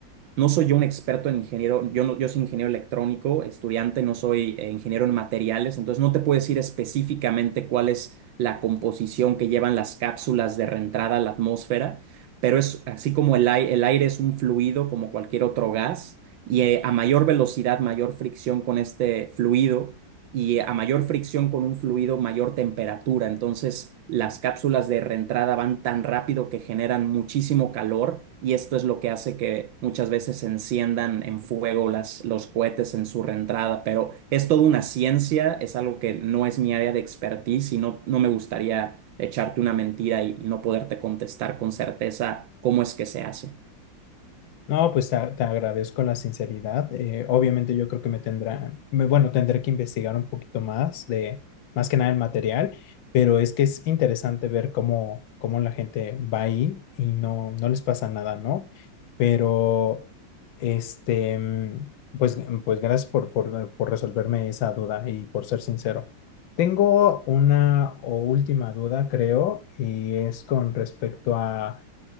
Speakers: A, on the right; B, on the left.
A: No soy yo un experto en ingeniero, yo, no, yo soy ingeniero electrónico, estudiante, no soy eh, ingeniero en materiales, entonces no te puedo decir específicamente cuál es la composición que llevan las cápsulas de reentrada a la atmósfera, pero es así como el, ai- el aire es un fluido como cualquier otro gas y eh, a mayor velocidad, mayor fricción con este fluido y a mayor fricción con un fluido, mayor temperatura. Entonces, las cápsulas de reentrada van tan rápido que generan muchísimo calor y esto es lo que hace que muchas veces se enciendan en fuego las, los cohetes en su reentrada. Pero es toda una ciencia, es algo que no es mi área de expertise y no, no me gustaría echarte una mentira y, y no poderte contestar con certeza cómo es que se hace.
B: No, pues te, te agradezco la sinceridad. Eh, obviamente yo creo que me tendrá, me- bueno, tendré que investigar un poquito más de, más que nada el material, pero es que es interesante ver cómo, cómo la gente va ahí y no, no les pasa nada, ¿no? Pero, este, mm, pues, pues gracias por, por, por resolverme esa duda y por ser sincero. Tengo una o última duda, creo, y es con respecto a